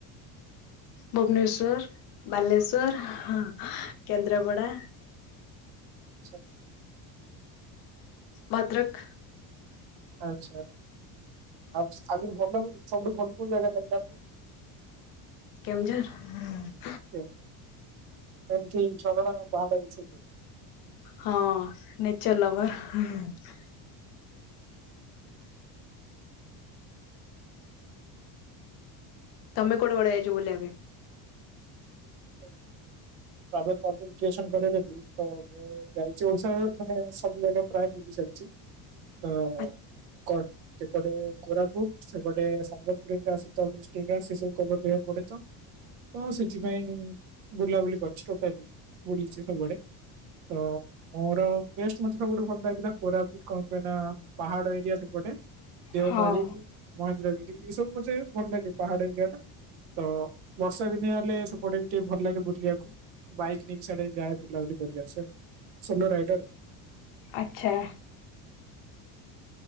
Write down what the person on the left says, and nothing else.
ଭୁବନେଶ୍ଵର, ବାଲେଶ୍ଵର ହିଁ କେନ୍ଦ୍ରାପଡା
ଭଦ୍ରକ।
କେଉଁଝର ହୁଁ।
ହଁ, ନେଚର୍ ଲଭର୍ ହଁ, ହଁ। ତମେ କୁଆଡେ କୁଆଡେ ଯାଇଛ ବୁଲିବା ପାଇଁ?
ପାଇଁ?
ହଁ
ଆଚ୍ଛା।